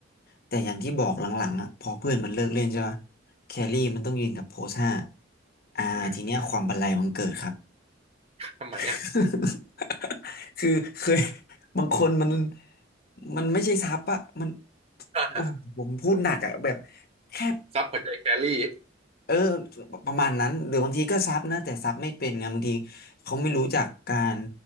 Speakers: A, on the left; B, on the right.
A: แต่อย่างที่บอกหลังๆอ่ะพอเพื่อนมันเลิกเล่นใช่ปะแครี่มันต้องยืนกับโพสห้า
B: อืม
A: อ่าทีเนี้ยความบันไลมันเกิดครับ
B: อืมทำไมเนี่ย
A: <laughs> คือเคยบางคนมันมันไม่ใช่ซับอะมัน
B: อ่า
A: โอ้โหผมพูดหนักอะแบบแค่
B: ซับหัวใจแครี่
A: เออประมาณนั้นหรือบางทีก็ซับนะแต่ซับไม่เป็นไงบางทีเขาไม่รู้จักการ